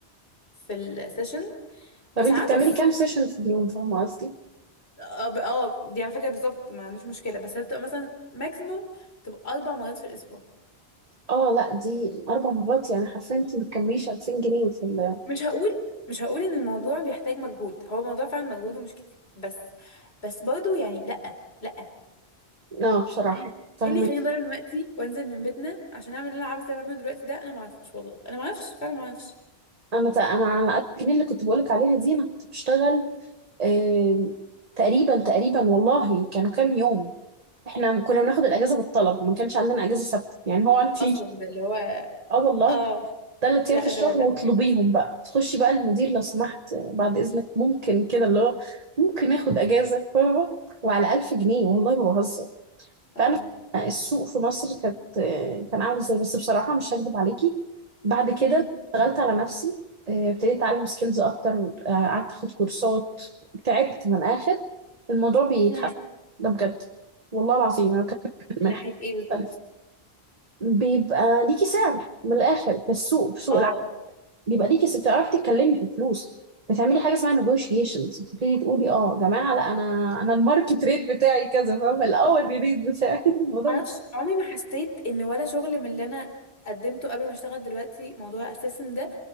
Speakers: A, on the left; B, on the right.
A: في السيشن بس
B: طب انت
A: عبس
B: بتعملي كام سيشن في اليوم فاهمة قصدي
A: اه ب- آه، دي على فكرة بالظبط ما عنديش مشكلة بس هتبقى مثلا ماكسيموم تبقى أربع مرات في الأسبوع
B: اه لا دي اربع مرات يعني حرفيا انت ما بتكمليش 2000 جنيه في ال
A: مش هقول مش هقول إن الموضوع بيحتاج مجهود هو الموضوع فعلا مجهوده مش كتير بس بس برضه يعني لأ لأ
B: اه بصراحه
A: أنا
B: فاهمك
A: ايه اللي يخليني اضيع من وقتي وانزل من بيتنا عشان اعمل اللي انا عبس اللي أنا بعمله دلوقتي ده انا ما اعرفش والله انا ما اعرفش فعلا ما اعرفش
B: انا تق... انا على 1000 جنيه اللي كنت بقولك عليها دي انا كنت بشتغل آه... تقريبا تقريبا والله كانوا كام يوم احنا كنا بناخد الاجازه بالطلب ما كانش عندنا اجازه ثابته يعني هو انت
A: اصلا ده اللي هو
B: اه والله
A: اه
B: ثلاث
A: لا
B: ايام في الشهر
A: ده لا
B: واطلبيهم بقى تخشي بقى المدير لو سمحت آه، بعد اذنك ممكن كده اللي هو ممكن ناخد اجازه فاهمة؟ وعلى 1000 جنيه والله ما بهزر
A: اه
B: فانا السوق في مصر كانت كان عامل ازاي بس بصراحه مش هكدب عليكي بعد كده
A: هم
B: اشتغلت على نفسي آه، ابتديت اتعلم سكيلز اكتر آه، قعدت اخد كورسات تعبت من الاخر الموضوع بيتحسن
A: هم
B: ده بجد والله العظيم انا بتكلم
A: من
B: من
A: ناحية
B: حاجه
A: ايه بالظبط
B: مختلفه بيبقى ليكي سعر من الاخر في السوق في سوق
A: اه
B: العمل بيبقى ليكي س- بتعرفي تتكلمي في الفلوس بتعملي حاجه اسمها negotiations بتبتدي تقولي اه يا جماعه لا انا انا الماركت ريت بتاعي كذا فاهمه الاول ريت بتاعي <laughs> الموضوع
A: ما اعرفش عمري ما حسيت ان ولا شغل من اللي انا قدمته قبل ما اشتغل دلوقتي موضوع اساسا ده